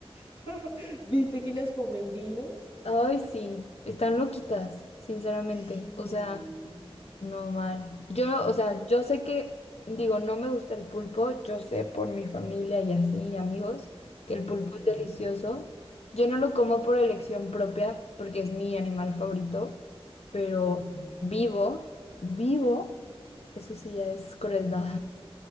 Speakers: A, on the left (about 55°); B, on the left (about 85°).
A: <laughs> ¿Viste que las comen vivos?
B: Ay, sí. Están loquitas, sinceramente.
A: Sí.
B: O sea, No mal. Yo no, o sea, yo sé que, digo, no me gusta el pulpo, yo sé por mi familia y así, y amigos, que el pulpo
A: Ujú,
B: es delicioso. Yo no lo como por elección propia, porque es mi animal favorito, pero
A: ujú.
B: vivo, vivo, eso sí ya es crueldad.